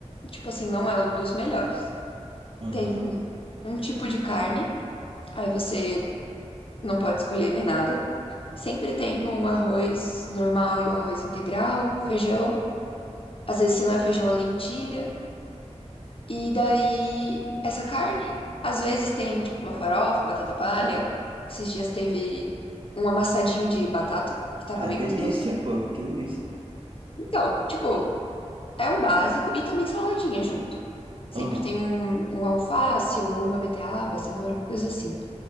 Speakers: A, on the left; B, on the right.
A: tipo assim, não é o dos melhores.
B: Aham.
A: Tem um tipo de carne, aí você não pode escolher nem nada. Sempre tem um arroz normal e o arroz integral, feijão. Às vezes, se não é feijão, é lentilha. E daí, essa carne, às vezes tem tipo uma farofa, batata palha. Esses dias teve um amassadinho de batata, que tava
B: Ah,
A: bem
B: delícia,
A: gostoso.
B: pô. Que delícia.
A: Então, tipo, é o básico e também saladinha junto. Sempre
B: Aham.
A: tem um, um alface ou uma beterraba, cenoura, uma coisa assim.